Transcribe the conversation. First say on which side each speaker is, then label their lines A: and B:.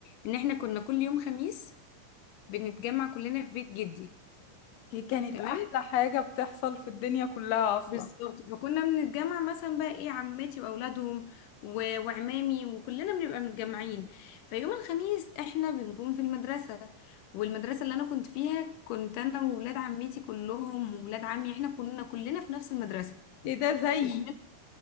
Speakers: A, on the left; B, on the left.
A: ان احنا كنا كل يوم خميس بنتجمع كلنا في بيت جدي
B: دي كانت
A: تمام
B: أحلى حاجة بتحصل في الدنيا كلها أصلا
A: بالظبط فكنا بنتجمع مثلا بقى ايه عماتي واولادهم و- وعمامي وكلنا بنبقى متجمعين فيوم الخميس احنا بنكون في المدرسة والمدرسة اللي انا كنت فيها كنت انا وولاد عمتي كلهم وولاد عمي احنا كنا كلنا في نفس المدرسة
B: ايه ده زيي
A: وكنا